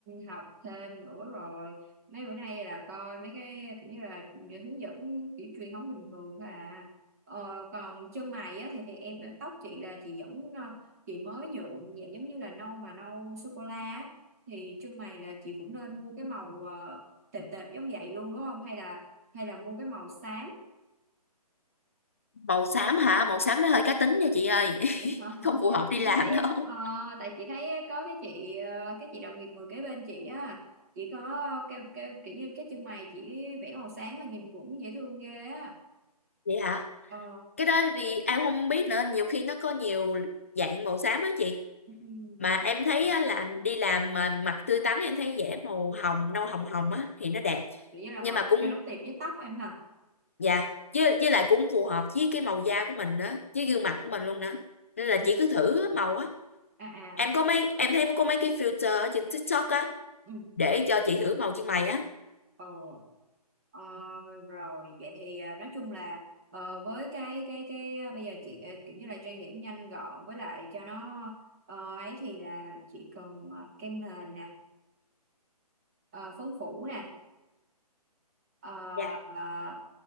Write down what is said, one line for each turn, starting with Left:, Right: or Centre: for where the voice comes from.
Right: học thêm nữa rồi mấy bữa nay là coi mấy cái kiểu như là hướng dẫn kiểu truyền thống bình thường thôi à ờ, còn chân mày á thì thì em tóc chị là chị vẫn ờ, chị mới nhuộm dạng giống như là nâu mà nâu sô cô la á. thì chân mày là chị cũng nên mua cái màu ờ, tệp tệp giống vậy luôn đúng không hay là hay là mua cái màu xám
Left: màu xám hả màu xám nó hơi cá tính nha chị ơi
Right: Vậy
Left: <laughs>
Right: hả?
Left: không phù hợp
Right: Chị
Left: đi làm
Right: thấy
Left: đâu
Right: ờ, tại chị thấy có cái chị ờ, cái chị đồng nghiệp ngồi kế bên chị á chị có cái, cái kiểu như cái chân mày chị vẽ màu sáng mà nhìn cũng dễ thương ghê á
Left: vậy hả
Right: ờ
Left: cái đó thì em không biết nữa nhiều khi nó có nhiều dạng màu xám á chị
Right: ừ,
Left: mà em thấy
Right: à,
Left: á, là đi làm mà mặt tươi tắn em thấy vẽ màu hồng nâu hồng hồng á thì nó đẹp
Right: kiểu như là
Left: nhưng
Right: màu
Left: mà cũng
Right: cho nó tiệp với tóc em hả
Left: dạ với, với lại cũng phù hợp với cái màu da của mình nữa với gương mặt của mình luôn nữa nên là chị
Right: Ừ.
Left: cứ thử màu á
Right: à à
Left: em có mấy em thấy có mấy cái filter ở trên TikTok á
Right: ừ.
Left: để cho chị thử màu chân mày á
Right: ờ ờ, rồi vậy thì ờ, nói chung là ờ, với cái cái cái ờ, bây giờ chị ờ, kiểu như là trang điểm nhanh gọn với lại cho nó ờ, ấy thì là chị cần ờ, kem nền nè ờ, phấn phủ nè Ờ,
Left: dạ
Right: ờ,